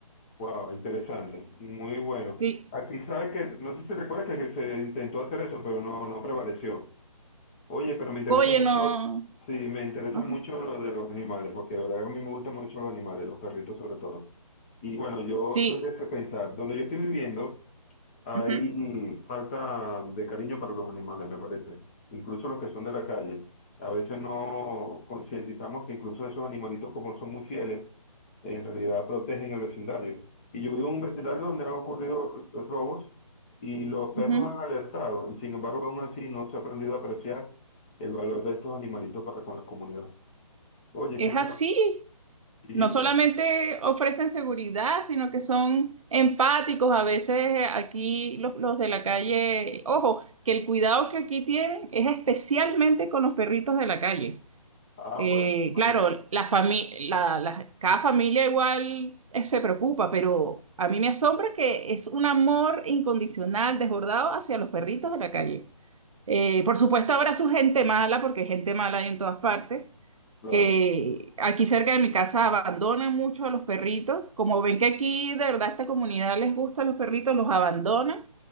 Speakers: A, on the left; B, on the right.
A: Wow, interesante, muy bueno.
B: Sí,
A: Aquí sabe que, no sé si recuerda que que se intentó hacer eso, pero no, no prevaleció. Oye, pero me interesa
B: Oye,
A: mucho,
B: no.
A: sí, me interesa
B: Ajá.
A: mucho lo de los animales, porque de verdad a mí me gustan mucho los animales, los perritos sobre todo. Y bueno, yo
B: Sí.
A: soy de ese pensar, donde yo estoy viviendo hay
B: Ujú,
A: falta de cariño para los animales, me parece, incluso los que son de la calle. A veces no concientizamos que incluso esos animalitos, como son muy fieles, en realidad protegen el vecindario. Y yo vivo en un vecindario donde han ocurrido robos y los perros
B: ujú.
A: han alertado, y sin embargo aún así no se ha aprendido a apreciar el valor de estos animalitos para con la comunidad. Oye,
B: Es
A: qué chévere.
B: así.
A: Sí,
B: No solamente
A: tan-
B: ofrecen seguridad, sino que son empáticos. A veces eh, aquí los, los de la calle, ojo, que el cuidado que aquí tienen es especialmente con los perritos de la calle.
A: ah,
B: Eh,
A: bueno,
B: claro,
A: imagínate,
B: la fami- la- la- cada familia igual eh, se preocupa, pero a mí me asombra que es un amor incondicional, desbordado hacia los perritos de la calle. Eh, por supuesto, habrá su gente mala, porque gente mala hay en todas partes,
A: claro.
B: que aquí cerca de mi casa abandonan mucho a los perritos. Como ven que aquí de verdad a esta comunidad les gusta a los perritos, los abandonan